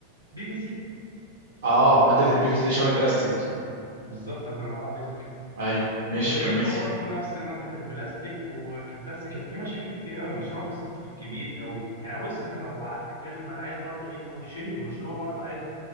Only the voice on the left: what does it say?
بي في سي
بالظبط الله ينور عليك
وجلبه
برضو نفس ماده البلاستيك وكانت بس كانت في مشاكل كتير قوي المشروع بس كبير قوي يعني بص انا لو قعدت اتكلم انا عايز برضو ايه تخش لي بمشروع برضو عايز